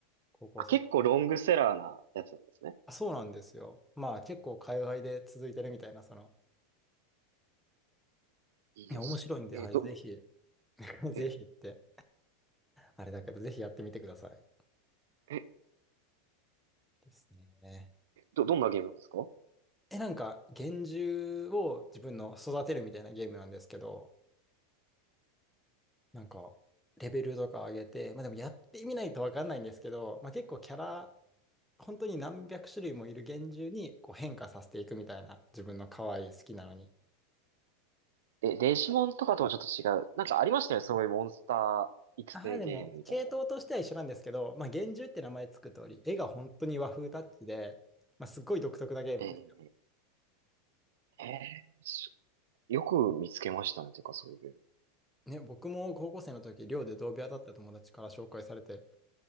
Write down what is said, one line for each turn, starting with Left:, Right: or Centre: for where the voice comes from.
Centre: 高校生
Right: あ、結構ロングセラーなやつなんですね。
Centre: あ、そうなんですよ。まあ結構海外で続いてるみたいな、その、
Right: いいです。
Centre: いや面白いんで、
Right: えど、
Centre: はい、ぜひ、<laughs> ぜひって、
Right: え
Centre: あれだけど、ぜひやってみてください。
Right: え
Centre: ですね。
Right: ど、どんなゲームなんですか
Centre: え、なんか、幻獣を自分の育てるみたいなゲームなんですけど、なんか、レベルとか上げて、まあでもやってみないとわかんないんですけど、まあ結構キャラ、本当に何百種類もいる幻獣にこう変化させていくみたいな、自分の可愛い好きなのに。
Right: え、デジモンとかともちょっと違う。なんかありましたよね、そういうモンスター育成ゲームみたいな。
Centre: ああ、でも、系統としては一緒なんですけど、まあ、幻獣って名前つく通り、絵が本当に和風タッチで、まあ、すっごい独特なゲームですよ。
Right: ええええしよく見つけましたね、ていうかそういうゲーム。
Centre: ね、僕も高校生の時、寮で同部屋だった友達から紹介されて、